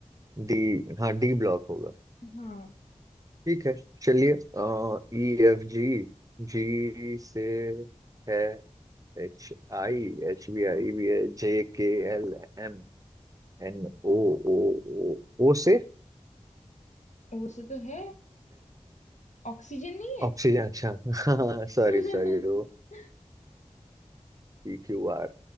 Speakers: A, on the right; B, on the left.
A: डी हाँ डी ब्लॉक होगा
B: हाँ
A: ठीक है चलिए ई एफ जी जी से है H I H B I भी है J K L M N O O O O से
B: ओ से तो है ऑक्सीजन नहीं है
A: ऑक्सीजन अच्छा <laughs> सॉरी
B: <laughs>
A: सॉरी वो P Q R